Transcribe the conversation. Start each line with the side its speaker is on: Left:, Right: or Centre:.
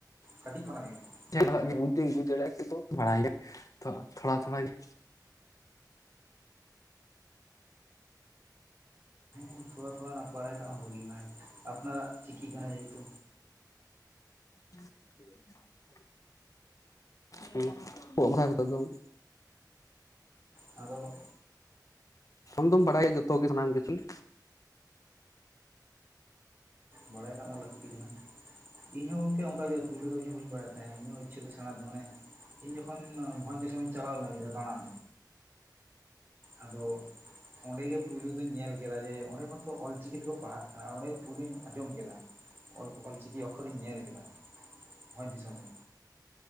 Right: ᱠᱟᱹᱴᱤᱡ ᱠᱷᱚᱱᱟ-ᱜ ᱜᱮ?
Left: <unintelligible> ᱵᱩᱡ ᱫᱚᱧ ᱵᱩᱡᱷ ᱫᱟᱨᱮᱭᱟᱜᱼᱟ᱾ ᱠᱤᱱᱛᱩ ᱵᱟᱲᱟᱭ ᱜᱮᱭᱟ ᱛᱷᱚ ᱛᱷᱽᱚᱲᱟ ᱛᱷᱽᱚᱲᱟ ᱜᱮ᱾
Right: ᱦᱮᱸ ᱛᱷᱽᱚᱲᱟ, ᱛᱷᱽᱚᱲᱟ ᱚᱱᱟ ᱵᱟᱲᱟᱭ ᱠᱟᱜ ᱦᱚᱸ ᱵᱷᱟᱹᱜᱤ ᱱᱟᱭ ᱟᱯᱱᱟᱨᱟ-ᱜ ᱪᱤᱠᱤ ᱠᱟᱱᱟ᱾ ᱡᱮᱦᱮᱛᱩ᱾
Left: <inaudible> ᱦᱩᱸ ᱠᱚᱜ ᱵᱟᱲᱟ ᱠᱟᱛᱮ ᱫᱚᱝ
Right: ᱟᱫᱚ
Left: ᱟᱢ ᱫᱚᱢ ᱵᱟᱲᱟᱭᱟ᱾ ᱡᱚᱛᱚ ᱜᱮ ᱥᱟᱱᱟᱢ ᱠᱤᱪᱷᱩᱭ᱾
Right: ᱵᱟᱲᱟᱭ ᱠᱟᱜ ᱢᱟ ᱞᱟᱹᱠᱛᱤ ᱠᱟᱱᱟ᱾ ᱤᱧ ᱦᱚᱸ ᱜᱚᱝᱠᱮ ᱚᱱᱠᱟᱜᱮ ᱯᱩᱭᱞᱳ ᱫᱚ, ᱤᱧ ᱦᱚᱸ ᱵᱟᱹᱧ ᱵᱟᱲᱟᱭᱮᱫ ᱛᱟᱦᱮᱸᱱᱟ᱾ ᱤᱧᱟᱹᱜ ᱤᱪᱪᱷᱟᱹ ᱫᱚ ᱥᱮᱬᱟᱸ ᱫᱷᱚᱬᱮᱸ᱾ ᱤᱧ ᱡᱚᱠᱷᱚᱱ ᱵᱷᱚᱸᱡᱽ ᱫᱤᱥᱚᱢᱤᱧ ᱪᱟᱞᱟᱣ ᱞᱮᱱᱟ᱾ ᱤᱧ ᱫᱚ ᱫᱟᱬᱟᱱ ᱟᱫᱚ ᱚᱸᱰᱮᱜᱮ ᱯᱩᱭᱞᱩ ᱫᱚᱧ ᱧᱮᱞ ᱠᱮᱫᱟ᱾ ᱡᱮ ᱚᱸᱰᱮ ᱢᱟᱛᱚ ᱚᱞ ᱪᱤᱠᱤ ᱛᱮᱠᱚ ᱯᱟᱲᱦᱟ-ᱜ ᱠᱟᱱᱟ᱾ ᱟᱨ ᱚᱸᱰᱮ ᱜᱮ ᱯᱩᱭᱞᱩᱧ ᱟᱸᱡᱚᱢ ᱠᱮᱫᱟ᱾ ᱚᱞ ᱚᱞ ᱪᱤᱠᱤ ᱚᱠᱠᱷᱚᱨ ᱤᱧ ᱧᱮᱞ ᱠᱮᱫᱟ᱾ ᱵᱷᱚᱸᱡᱽ ᱫᱤᱥᱚᱢ ᱨᱮ᱾